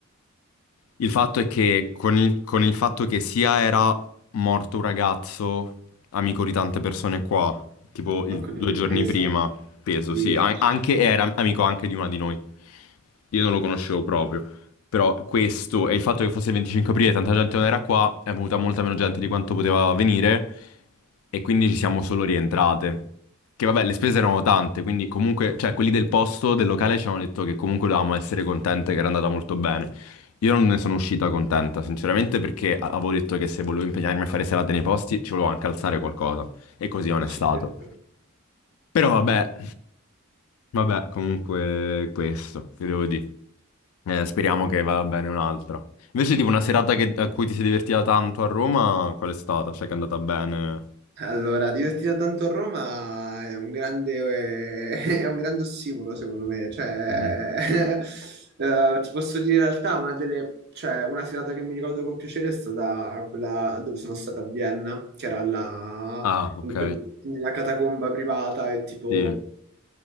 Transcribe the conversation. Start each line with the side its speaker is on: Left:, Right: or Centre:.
Left: Il fatto è che con il, con il fatto che sia era morto un ragazzo, amico di tante persone qua, tipo
Right: Porco
Left: il-
Right: Dio
Left: due
Right: che
Left: giorni
Right: pesa.
Left: prima, peso,
Right: Sì,
Left: sì,
Right: eh,
Left: an- anche era amico anche di una di noi. Io non lo conoscevo proprio, però questo e il fatto che fosse il 25 aprile e tanta gente non era qua, è venuta molta meno gente di quanto poteva venire e quindi ci siamo solo rientrate. Che vabbè, le spese erano tante, quindi comunque, cioè quelli del posto, del locale ci hanno detto che comunque dovevamo essere contente che era andata molto bene. Io non ne sono uscita contenta, sinceramente, perché a- avevo detto che se volevo impegnarmi a fare serate nei posti ci volevo anche alzare qualcosa. E così non
Right: e
Left: è
Right: ci
Left: stato.
Right: credo.
Left: Però vabbè, vabbè, comunque questo, che devo dire. Eh, speriamo che vada bene un'altra. Invece, tipo, una serata che- a cui ti sei divertita tanto a Roma, qual è stata? Cioè, che è andata bene?
Right: Allora, divertito tanto a Roma è un grande, <laughs> è un grande ossimoro, secondo me. Cioè,
Left: Mhm.
Right: <laughs> eh, ti posso dire in realtà, una delle, cioè, una serata che mi ricordo con piacere è stata quella dove sono stata a Vienna, che era la
Left: Ah, ok.
Right: in quel- nella catacomba privata e tipo
Left: Sì.